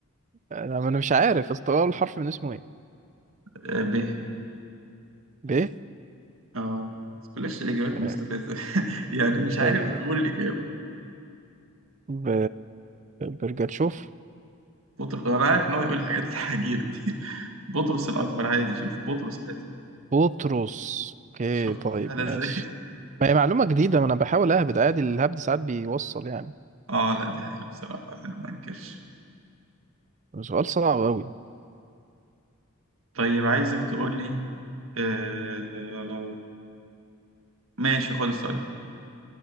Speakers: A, on the right; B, on the right.
A: انا ما انا مش عارف اصل هو الحرف من اسمه ايه
B: آه، ب
A: ب
B: اه بس بلاش الاجابات
A: آه،
B: مستفزه <laughs> يعني مش عارف
A: بر
B: نقول الاجابه
A: ب برجاتشوف
B: بطر... انا عارف ان هو هيقول الحاجات العجيبه دي <laughs> بطرس الاكبر عادي شوف بطرس
A: بطرس اوكي
B: شوف
A: طيب
B: سهلة
A: ماشي
B: ازاي <laughs>
A: ما هي معلومة جديدة ما انا بحاول اهبد عادي الهبد ساعات بيوصل يعني
B: اه لا دي حقيقة بصراحة أنا ما انكرش
A: سؤال صعب قوي
B: طيب عايزك تقول لي آه... ماشي خد السؤال ده